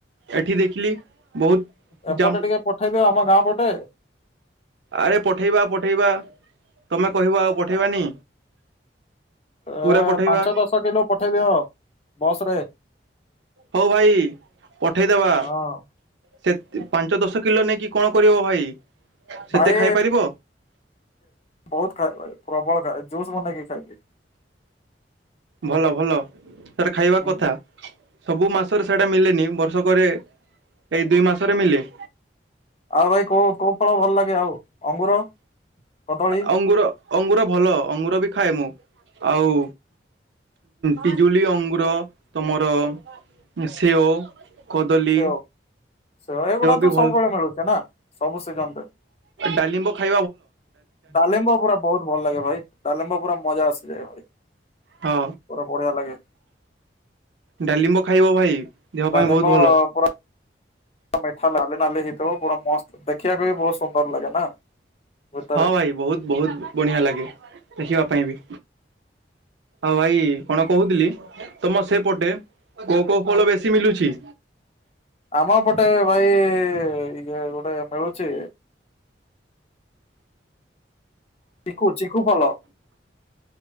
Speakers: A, on the right (about 80°); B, on the left (about 35°).
A: ଏଠି ଦେଖିଲି। ବହୁତ
B: ଏପଟେ
A: ଜାମ୍ବୁ
B: ଟିକେ ପଠେଇଦିଅ ଆମ ଗାଁ ପଟେ।
A: ଆରେ ପଠେଇବା ପଠେଇବା ତମେ କହିବ ଆଉ ପଠେଇବାନି? ପୁରା
B: ଏ
A: ପଠେଇବା
B: ପାଞ୍ଚ, ଦଶ କିଲୋ ପଠେଇ ଦିଅ ବସ ରେ।
A: ହଉ ଭାଇ ପଠେଇଦବା।
B: ହଁ
A: ସେ ପାଞ୍ଚ ଦଶ କିଲୋ ନେଇକି କଣ କରିବ ଭାଇ? ସେତେ
B: ଭାଇ
A: ଖାଇପାରିବ
B: ବହୁତାଇ <unintelligible> ପ୍ରବଳ ଖାଇ ଜୁସ୍ ବନେଇକି ଖାଇଲେ।
A: ଭଲ ଭଲ ସେଟେ ଖାଇବା
B: ହୁଁ
A: କଥା। ସବୁ ମାସରେ ସେଇଟା ମଳେନି ବର୍ଷକରେ ଏଇ ଦୁଇ ମାସରେ ମଳେ।
B: ଆଉ ଭାଇ କୋଉ କୋଉ ଫଳ ଭଲ ଲାଗେ ଆଉ ଅଙ୍ଗୁର କଦଳୀ?
A: ଅଙ୍ଗୁର ଅଙ୍ଗୁର ଭଲ ଅଙ୍ଗୁର ବି ଖାଏ ମୁଁ ଆଉ ପିଜୁଳି ଅଙ୍ଗୁର ତମର ସେଓ କଦଳୀ
B: ସେଓ ସେଓ ଏଗୁଡା
A: ବି
B: ତ
A: ଭଲ
B: ସବୁବେଳେ ମିଳୁଛି ନା ସବୁ ସିଜନ ରେ
A: ଡଲିମ୍ବୁ ଖାଇ
B: ଡାଲିମ୍ବ ପୁରା ବହୁତ ଭଲ ଲାଗେ ଭାଇ ଡାଲିମ୍ବ ପୁରା ମଜା ଆସିଯାଏ ଭାଇ।
A: ହଁ
B: ପୁରା ବଢିଆ ଲାଗେ
A: ଡାଲିଲିମ୍ବ ଖାଇବ ଭାଇ ଦେହ
B: <unintelligible>
A: ପାଇଁ ବହୁତ ଭଲ
B: ମିଠା ନାଲି ନାଲି ହେଇଥିବ ପୁରା ମସ୍ତ ଦେଖିବାକୁ ବି ବହୁତ ସୁନ୍ଦର ଲାଗେ ନା? ଭିତରେ
A: ହଁ ଭାଇ ବହୁତ ବହୁତ ବଢିଆ ଲାଗେ ଦେଖିବା ପାଇଁ ବି। ଆଉ ଭାଇ କଣ କହୁଥିଲି ତମ ସେପଟେ କୋଉ କୋଉ ଫଳ ବେଶୀ ମିଲୁଛି?
B: ଆମ ପଟେ ଭାଇ ଇଏ ଗୋଟେ ମିଳୁଛି ଚିଖୁ ଚିଖୁ ଭଲ।